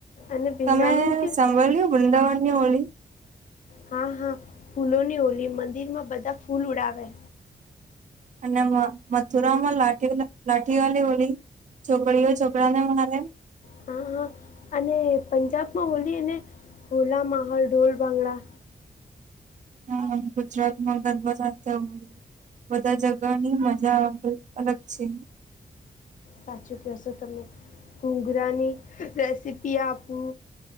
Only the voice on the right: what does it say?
તમે
સાંભલ્યુ વૃંદાવનની હોલી
અને મ મથુરામાં લાઠી લાઠીવાલી હોલી છોકરીઓ છોકરાને મારે
હાં ગુજરાતમાં ગરબા સાથે બધા જગાની <unintelligible> અલગ છે